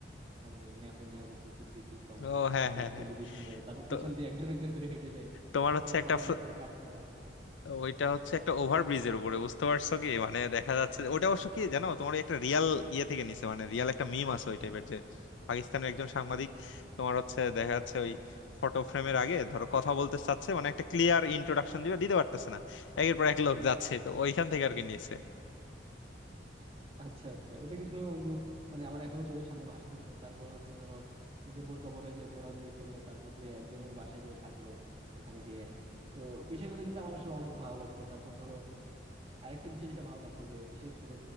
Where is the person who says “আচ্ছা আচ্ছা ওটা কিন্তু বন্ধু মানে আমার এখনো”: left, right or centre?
Right